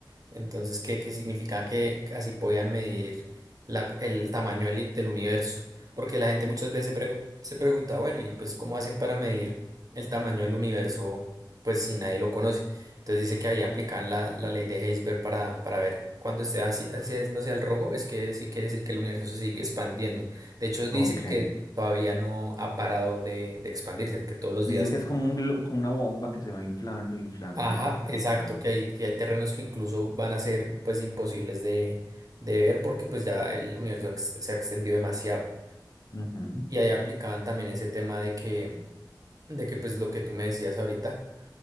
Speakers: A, on the right; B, on the left.
A: Entonces, ¿qué, qué significa que así podían medir la- el tamaño del, del universo? Porque la gente muchas veces pregu- se pregunta, bueno, ¿y pues cómo hacen para medir el tamaño del universo? Pues si nadie lo conoce. Entonces dice que ahí aplican la, la ley de Heisberg para, para ver cuando esté así, haciéndose al rojo, es que sí quiere decir que el universo se sigue expandiendo. De hecho, dice
B: ok.
A: que todavía no ha parado de, de expandirse, que todos los
B: Dicen
A: días
B: que es como, un glo- como una bomba que se va inflando, inflando,
A: Ajá,
B: inflando,
A: exacto,
B: inflando.
A: que hay, que hay terrenos que incluso van a ser pues imposibles de, de ver porque pues ya el universo ex- se ha extendido demasiado.
B: Ujú,
A: Y ahí aplicaban también ese tema de que, de que pues lo que tú me decías ahorita